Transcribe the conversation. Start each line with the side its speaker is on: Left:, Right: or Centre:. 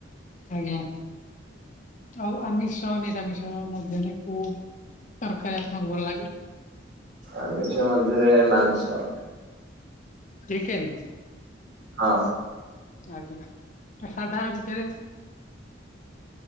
Left: ଆଜ୍ଞା। ଆଉ ଆମିଷ, ନିରାମିଷ ମଧ୍ୟରେ କୋଉ ତରକାରୀ ଆପଣଙ୍କୁ ଭଲ ଲାଗେ?
Right: ଆମିଷ ମଧ୍ୟରେ ମାଂସ।
Left: ଚିକେନ?
Right: ହଁ
Left: ଆଜ୍ଞା। ଆ ସାଧା ଭିତରେ?